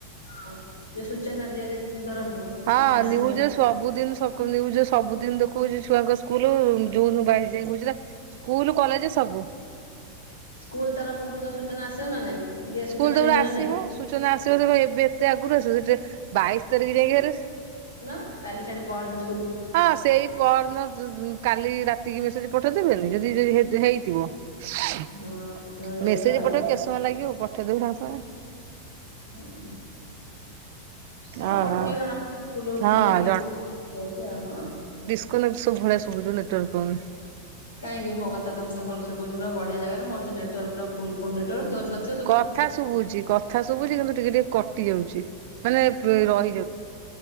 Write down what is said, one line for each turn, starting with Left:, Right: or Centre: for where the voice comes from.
Left: ହଁ ଯୋଉ ସୂଚନା ଦିଆଯାଉ ତରଫରୁ
Right: ହଁ
Left: ଆସିନି
Right: ନ୍ୟୁଜରେ
Left: ତ।
Right: ସବୁଦିନ ସବ ଜ ସବୁ ଦିନ ଦେଖଉଛି ଛୁଆଙ୍କ ସ୍କୁଲ ଜୁନ ବାଇଶ ଯାଇ ଘୁଞ୍ଚିଲା ସ୍କୁଲ କଲେଜ ସବୁ।
Left: ସ୍କୁଲ ତରଫରୁ ପୁଣି ତ ସୂଚନା ଆସିବ ନା ନାଇଁ,
Right: ସ୍କୁଲ
Left: ସୂଚନା
Right: ତ
Left: ଦିଆଯିବ
Right: ପୁରା ଆସିବ
Left: ନାଇଁ?
Right: ସୂଚନା ଆସିବ ଏବେ ଏତେ ଆଗରୁ ଆସିବ, ସେଠେ ବାଇଶ ତାରିଖ ଯାଇକି
Left: ନା କାଲି ଛାଡ଼ି ପହରଦିନ।
Right: ହଁ ସେଇ ପହର ଦିନ କାଲି ରାତିକି ମେସେଜ ପଠେଇଦେବେନି ଯଦି ଯ ହେଇଥିବ। ମେସେଜ
Left: ହଁ ସୂଚନା ଦେଇଦେବେ ଆଉ
Right: ପଠେଇବ କେତେ ସମୟ ଲାଗିବ ପଠେଇଦେବେ ସାଙ୍ଗେ ସାଙ୍ଗେ।
Left: ହୁଁ। ହଁ
Right: ଓହୋ
Left: ପଠେଇଲେ ଜଣା ସ୍କୁଲ
Right: ହଁ
Left: ଛୁଟି କି ଆଉ ହଁ।
Right: <unintelligible> ଶୁଭୁଚି ନେଟୱର୍କ ପାଉନି।
Left: କାହିଁକି ମୋ କଥା ତ ମତେ ଭଲସେ କହୁଛି ପୁରା ବଢିଆ ଜାଗାରେ, ମୋର୍ ତ୍ ନେଟୱର୍କ ପୁରା ଫୁଲ ଫୁଲ ନେଟୱର୍କ, ତୋର ନଥି
Right: କଥା ଶୁଭୁଛି, କଥା ଶୁଭୁଛି କିନ୍ତୁ ଟିକେ ଟିକେ କଟି ଯାଉଛି, ମାନେ ରହି